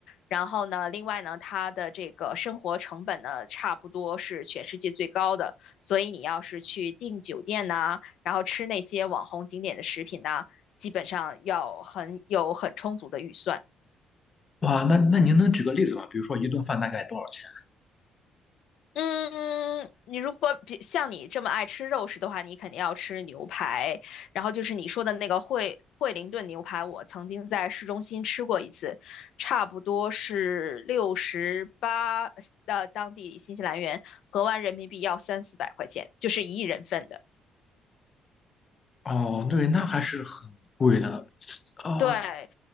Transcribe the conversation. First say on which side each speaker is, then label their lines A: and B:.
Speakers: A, on the left; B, on the left.
A: 然后呢，另外呢，它的这个生活成本呢，差不多是全世界最高的。所以你要是去订酒店呐、然后吃那些网红景点的食品呐、基本上要很有很充足的预算。
B: 哇，那那您能举个例子吗？比如说一顿饭大概多少钱？
A: 嗯，你如果比像你这么爱吃肉食的话，你肯定要吃牛排。然后就是你说的那个惠惠灵顿牛排，我曾经在市中心吃过一次，差不多是六十八，呃，当地新西兰元合完人民币要三四百块钱，就是一人份的。
B: 哦，对，那还是很贵的。啊、
A: 对，